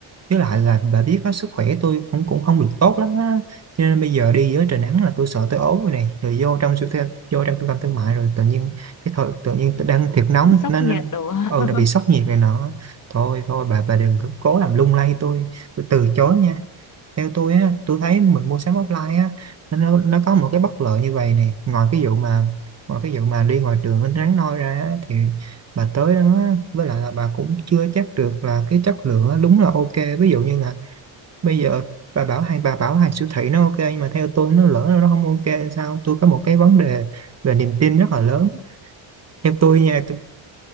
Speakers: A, on the right; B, on the left.
A: với lại là bà biết á, sức khỏe tôi cũng cũng không được tốt lắm á cho nên bây giờ đi dưới trời nắng là tôi sợ tôi ốm rồi nè rồi vô trong siêu thị vô trong trung tâm thương mại rồi tự nhiên cái thời tự nhiên đang thiệt nóng
B: sốc
A: nên
B: nhiệt
A: nên-
B: đồ
A: ừ
B: <laughs>
A: là bị sốc nhiệt này nọ thôi thôi bà bà đừng có cố làm lung lay tôi tôi từ chối nha theo tôi á tôi thấy mình mua sắm offline á nó nó nó có một cái bất lợi như vậy nè ngoài cái vụ mà ngoài cái vụ mà đi ngoài đường mình rắn noi ra á, thì bà tới đó á, với lại là bà cũng chưa chắc được là cái chất lượng á, đúng là ok ví dụ như là bây giờ bà bảo hay bà bảo hàng siêu thị nó ok nhưng mà theo tôi nó lỡ nó không ok sao tôi có một cái vấn đề về niềm tin rất là lớn theo tôi nha tôi